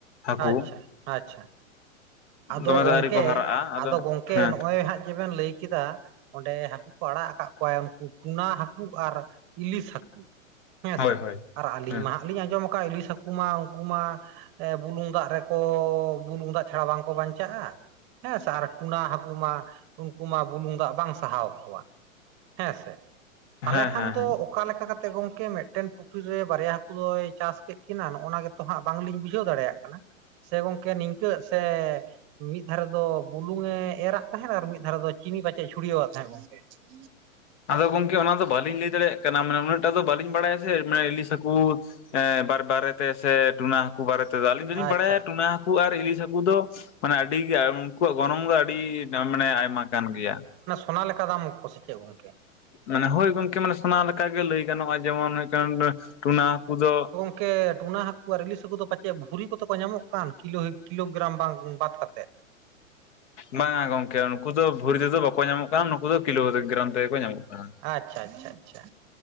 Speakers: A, on the left; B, on the right.
A: ᱦᱟᱹᱠᱩ
B: ᱟᱪᱪᱷᱟ ᱟᱪᱪᱷᱟ ᱟᱫᱚ
A: ᱫᱚᱢᱮ
B: ᱜᱚᱝᱠᱮ
A: ᱫᱚ ᱟᱹᱣᱨᱤ ᱠᱚ ᱦᱟᱨᱟᱜᱼᱟ
B: ᱟᱫᱚ ᱜᱚᱝᱠᱮ
A: ᱦᱮᱸ
B: ᱱᱚᱜᱼᱚᱭ ᱦᱟᱸᱜ ᱡᱮᱵᱮᱱ ᱞᱟᱹᱭ ᱠᱮᱫᱟ ᱚᱸᱰᱮ ᱦᱟᱹᱠᱩ ᱠᱚ ᱟᱲᱟᱜ ᱟᱠᱟᱫ ᱠᱚᱣᱟ ᱩᱱᱠᱩ ᱴᱩᱱᱟ ᱦᱟᱹᱠᱩ ᱟᱨ ᱤᱞᱤᱥ ᱦᱟᱹᱠᱩ ᱦᱮᱸᱥᱮ
A: ᱦᱳᱭ ᱦᱳᱭ
B: ᱟᱨ ᱟᱹᱞᱤᱧ
A: ᱦᱮᱸ
B: ᱢᱟ ᱦᱟᱸᱜ ᱞᱤᱧ ᱟᱸᱡᱚᱢ ᱟᱠᱟᱜ-ᱟ ᱤᱞᱤᱥ ᱦᱟᱹᱠᱩ ᱢᱟ ᱩᱱᱠᱩ ᱢᱟ ᱮᱸ ᱵᱩᱞᱩᱝ ᱫᱟᱜ ᱨᱮᱠᱚ ᱵᱩᱞᱩᱝ ᱫᱟᱜ ᱪᱷᱟᱲᱟ ᱵᱟᱝᱠᱚ ᱵᱟᱧᱪᱟᱜᱼᱟ ᱦᱮᱸ ᱥᱮ ᱟᱨ ᱴᱩᱱᱟ ᱦᱟᱹᱠᱩ ᱢᱟ ᱩᱱᱠᱩ ᱢᱟ ᱵᱩᱞᱩᱝ ᱫᱟᱜ ᱵᱟᱝ ᱥᱟᱦᱟᱣ ᱠᱚᱣᱟ ᱦᱮᱸ ᱥᱮ ᱛᱟᱦᱚᱞᱮ
A: ᱦᱮᱸ
B: ᱠᱷᱟᱱ
A: ᱦᱮᱸ
B: ᱫᱚ
A: ᱦᱮᱸ
B: ᱚᱠᱟ ᱞᱮᱠᱟ ᱠᱟᱛᱮᱜ ᱜᱚᱢᱠᱮ ᱢᱤᱫᱴᱮᱱ ᱯᱩᱠᱷᱨᱤ ᱨᱮ ᱵᱟᱨᱭᱟ ᱦᱟᱹᱠᱩᱭ ᱫᱚᱭ ᱪᱟᱥ ᱠᱮᱫ ᱠᱤᱱᱟ ᱱᱚᱜᱼᱚᱱᱟ ᱜᱮᱛᱚ ᱦᱟᱸᱜ ᱵᱟᱝᱞᱤᱧ ᱵᱩᱡᱷᱟᱹᱣ ᱫᱟᱲᱮᱭᱟᱜ ᱠᱟᱱᱟ ᱥᱮ ᱜᱚᱢᱠᱮ ᱱᱤᱝᱠᱟᱹ ᱥᱮ ᱢᱤᱫ ᱫᱷᱟᱨᱮ ᱫᱚ ᱵᱩᱞᱩᱝ ᱮ ᱮᱨᱟᱜ ᱛᱟᱦᱮᱸᱫ ᱟᱨ ᱢᱤᱫ ᱫᱷᱟᱨᱮ ᱫᱚ ᱪᱤᱱᱤ ᱯᱟᱪᱮᱫ ᱮ ᱪᱷᱩᱲᱭᱟᱹᱣᱟᱜ ᱛᱟᱦᱮᱸᱫ ᱜᱚᱝᱠᱮ <inaudible>
A: ᱟᱫᱚ ᱜᱚᱢᱠᱮ ᱚᱱᱟ ᱫᱚ ᱵᱟᱹᱞᱤᱧ ᱞᱟᱹᱭ ᱫᱟᱲᱮᱭᱟᱜ ᱠᱟᱱᱟ ᱢᱱᱮ ᱩᱱᱟᱹᱜᱴᱟᱜ ᱫᱚ ᱵᱟᱹᱞᱤᱧ ᱵᱟᱲᱟᱭᱟ ᱥᱮ ᱤᱞᱤᱥ ᱦᱟᱹᱠᱩ ᱮ ᱵᱟᱨ ᱵᱟᱨᱮᱛᱮ ᱥᱮ ᱴᱩᱱᱟ ᱦᱟᱹᱠᱩ ᱵᱟᱨᱮ ᱛᱮᱫᱚ ᱟᱹᱞᱤᱧ ᱫᱚᱞᱤᱧ
B: ᱟᱪᱪᱷᱟ
A: ᱵᱟᱲᱟᱭᱟ
B: ᱟᱪᱪᱷᱟ
A: ᱴᱩᱱᱟ ᱦᱟᱹᱠᱩ ᱦᱟᱹᱠᱩ ᱟᱨ ᱤᱞᱤᱥ ᱦᱟᱹᱠᱩ ᱫᱚ ᱢᱟᱱᱮ ᱟᱹᱰᱤ ᱜᱮ ᱩᱱᱠᱩᱣᱟᱜ ᱜᱚᱱᱚᱝ ᱫᱚ ᱟᱹᱰᱤ ᱢᱟᱱᱮ ᱟᱭᱢᱟ ᱠᱟᱱ ᱜᱮᱭᱟ
B: ᱚᱱᱟ ᱞᱮᱠᱟ ᱫᱟᱢ.. <unintelligible> ᱪᱮᱫ ᱜᱚᱢᱠᱮ
A: ᱢᱟᱱᱮ ᱦᱳᱭ ᱜᱚᱢᱠᱮ ᱢᱟᱱᱮ ᱥᱳᱱᱟ ᱞᱮᱠᱟᱜᱮ ᱞᱟᱹᱭ ᱜᱟᱱᱚᱜᱼᱟ ᱡᱮᱢᱚᱱ ᱦᱩᱭᱩᱜ-ᱠᱟᱱ ᱴᱩᱱᱟ ᱦᱟᱠᱩ ᱫᱚ
B: ᱜᱚᱢᱠᱮ ᱴᱩᱱᱟ ᱦᱟᱹᱠᱩ ᱟᱨ ᱦᱟᱹᱠᱩ ᱫᱚ ᱯᱟᱪᱮᱫ ᱵᱷᱩᱨᱤ ᱠᱚᱛᱮ ᱠᱚ ᱧᱟᱢᱚᱜ ᱠᱟᱱ ᱠᱤᱞᱳ ᱠᱤᱞᱳᱜᱨᱟᱢ ᱵᱟᱝ ᱵᱟᱫ ᱠᱟᱛᱮᱫ
A: ᱵᱟᱝᱼᱟ ᱜᱚᱢᱠᱮ ᱱᱩᱠᱩ ᱫᱚ ᱵᱷᱩᱨᱤ ᱛᱮᱫᱚ ᱵᱟᱠᱚ ᱧᱟᱢᱚᱜ ᱠᱟᱱᱟ ᱱᱩᱠᱩ ᱫᱚ ᱠᱤᱞᱳ ᱜᱨᱟᱢ ᱛᱮᱜᱮ ᱠᱚ ᱧᱟᱢᱚᱜ ᱠᱟᱱᱟ
B: ᱟᱪᱪᱷᱟ ᱟᱪᱪᱷᱟ ᱟᱪᱪᱷᱟ